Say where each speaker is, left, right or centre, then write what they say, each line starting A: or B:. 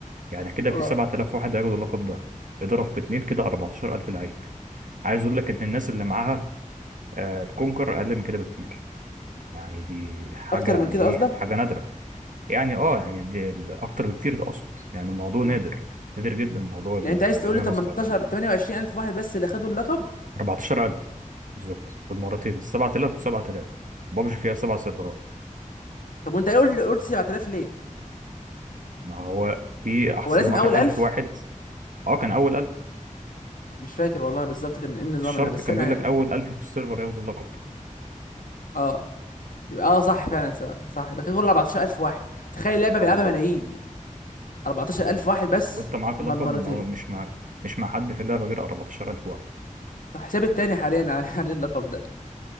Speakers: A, on the right; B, on the left.
A: يعني كده
B: اه
A: في 7000 واحد هياخدوا اللقب ده اضرب في اتنين كده 14000 لعيب عايز اقول لك ان الناس اللي معاها آه الكونكر اقل من كده بكتير يعني دي حاجه
B: اكتر من
A: يعني
B: كده
A: ايه
B: قصدك
A: حاجه نادره يعني اه يعني دي ال- اكتر بكتير ده اقصد يعني الموضوع
B: امم
A: نادر نادر جدا موضوع الارينا
B: يعني انت عايز تقول لي 18
A: ماستر ده
B: 28 الف واحد بس اللي خدوا اللقب
A: 14000 بالظبط بالمرتين 7000 و7000 ببجي فيها سبع سيرفرات
B: طب وانت قلت لي قلت 7000 ليه
A: ما هو في احسن
B: هو لازم
A: واحد
B: اول 1000
A: الف واحد اه كان اول الف
B: مش فاكر والله بالظبط كان ايه النظام
A: الشرط
B: انا بس
A: كان
B: انا
A: بيقول لك
B: يعني
A: اول الف في السيرفر ياخدوا اللقب
B: اه يبقى اه صح
A: و...
B: فعلا سبعة. صح يبقى كده كل 14000 واحد تخيل لعبه
A: اه
B: بيلعبها
A: بالظبط
B: ملايين 14000 واحد بس
A: وانت معاك
B: مر
A: اللقب
B: مرتين
A: ما هو مش مع مش مع حد في اللعبه غير 14000 واحد
B: صح حساب التاني حاليا <laughs> على على اللقب ده